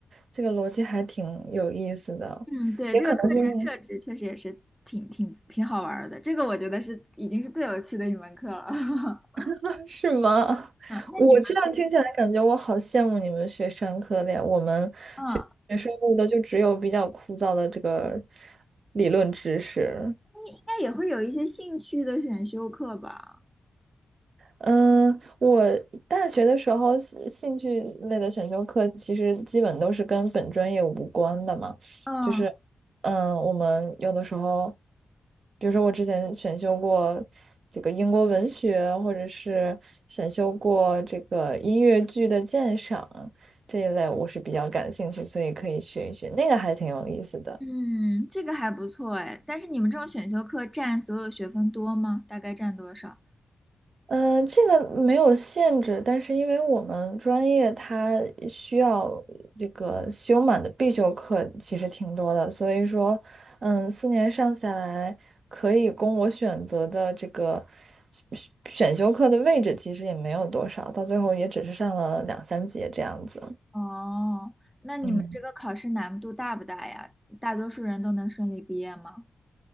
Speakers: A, on the right; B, in the centre.
A: 这个逻辑还挺有意思的，
B: 嗯，对，这个课程设置确实也是挺挺挺好玩儿的，
A: 可能是因为
B: 这个我觉得是已经是最有趣的一门课了。<laughs>
A: <laughs> 是吗？
B: 嗯，那你们
A: 我这样听起来感觉我好羡慕你们学商科的呀，我们学学生物的就只有比较枯燥的这个
B: 嗯，
A: 理论知识。
B: 应该也会有一些兴趣的选修课吧？
A: 嗯，我大学的时候兴兴趣类的选修课其实基本都是跟本专业无关的嘛，
B: 嗯。
A: 就是，嗯，我们有的时候，比如说我之前选修过这个英国文学，或者是选修过这个音乐剧的鉴赏这一类，我是比较感兴趣，所以可以学一学，那个还挺有意思的。
B: 嗯，这个还不错哎，但是你们这种选修课占所有学分多吗？大概占多少？
A: 呃，这个没有限制，但是因为我们专业它需要这个修满的必修课其实挺多的，所以说，嗯，四年上下来，可以供我选择的这个选选修课的位置其实也没有多少，到最后也只是上了两三节这样子。
B: 哦，那你们这个考试难度大不大呀？
A: 嗯。
B: 大多数人都能顺利毕业吗？